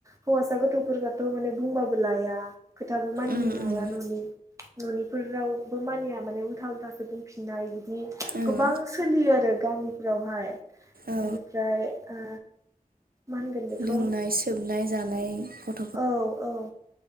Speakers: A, on the right (about 20°); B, on the right (about 75°).
A: हौवासा गथ'फोरखौथ' माने बुंबाबो लाया खोथाबो मानि
B: उम
A: होनो
B: उम
A: हाया न'नि न'निफोरावबो मानिया माने उल्था उल्थासो दंफिननाय बिदि
B: ओं
A: गोबां सोलियो आरो गामिफोरावहाय
B: औ
A: इनिफ्राय ओ मा होनगोन बेखौ
B: लोंनाय सोबनाय जानाय गथ
A: औ औ